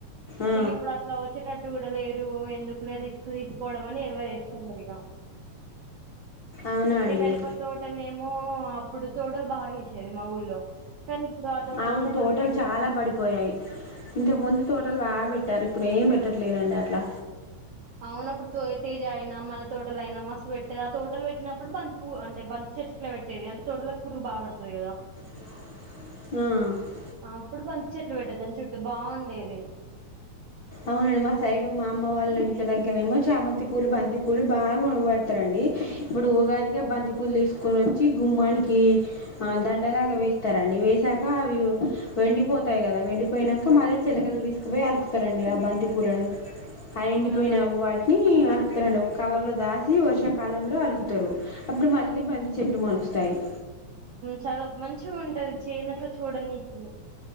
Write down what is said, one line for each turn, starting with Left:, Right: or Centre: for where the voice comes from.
Left: ఆ,
Right: ఇ ఇప్పుడు అట్లా వచ్చేటట్టు కూడా లేరు ఎందుకు లేరు రిస్క్ తీసుకోవడం అని ఎవరు వేస్తలేరు ఇక
Left: అవునా
Right: ఇక
Left: అండి
Right: మిరప తోటనే మో అప్పుడు తోటలు బాగా వసేది మా ఊళ్ళో కానీ ఇప్పుడు ఆ తోటలు
Left: ఆవును
Right: కూడా
Left: తోటలు
Right: బంద్ పెట్టిళ్ళు
Left: చాలా పడిపోయాయి ఇంతకు ముందు తోటలు బాబెట్టి పెట్టారు ఇప్పుడు ఏం పెట్టట్లేరండి అట్లా
Right: అవునప్పుడు తో తేజ అయినా మన తోటలు అయినా మస్తు పెట్టేది ఆ తోటలు పెట్టినప్పుడు బంతి పూ అంటే బంతి చెట్ట్లా పెట్టేది అంటే తోటలకు పురుగు బా పడుతుంది కదా
Left: ఆ
Right: అప్పుడు బంతి చెట్లు పెట్టేద్దాని చుట్టూ బాగుండేది
Left: అవును మా సైడ్ ఉ మా అమ్మ వాళ్ళ ఇంటి దగ్గర ఏమో చామంతి పూలు బంతి పూలు బాగాబడతారండి ఇప్పుడు ఉగాదికి బంతిపూలు తీసుకొని వచ్చి గుమ్మానికి దండలాగా వేస్తారండి వేసాక అవి వెండిపోతాయి కదా వెండిపోయానాక మళ్ళీ చెల్లకలు తీకుపోయి అలుకుతారండి ఆ బంత పటి పూలను ఆ
Right: అవునా
Left: ఎండిపోయిన వాటిని రండి ఒక కవర్ లో దాసి వర్షాకాలంలో అలుగుతారు అప్పుడు మళ్ళీ బంతి చెట్లు మలుస్తారు మొలుస్తాయి
Right: చాలా మంచి ఉంటది చేయనట్లు చూడడానికి